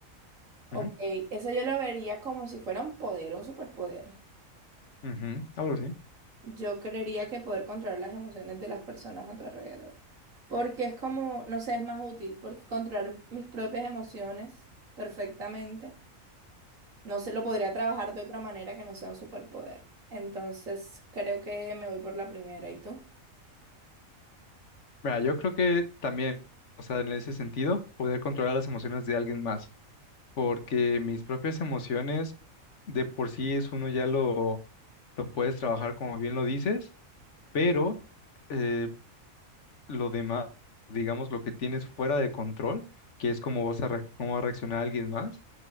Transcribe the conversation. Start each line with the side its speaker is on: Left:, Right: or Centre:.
Right: Ok,
Left: Ujú,
Right: eso yo lo vería como si fuera un poder, un superpoder.
Left: ujú, Algo así.
Right: Yo creería que poder controlar las emociones de las personas a tu alrededor. Porque es como, no sé, es más útil, porque controlar mis propias emociones perfectamente, no se lo podría trabajar de otra manera que no sea un superpoder. Entonces, creo que me voy por la primera. ¿Y tú?
Left: Mira, yo creo que también, o sea, en ese sentido, poder controlar las emociones de alguien más, porque mis propias emociones de por sí es uno ya lo, lo puedes trabajar como bien lo dices, pero eh, lo demás, digamos, lo que tienes fuera de control, que es cómo vas a, reac- cómo va a reaccionar alguien más,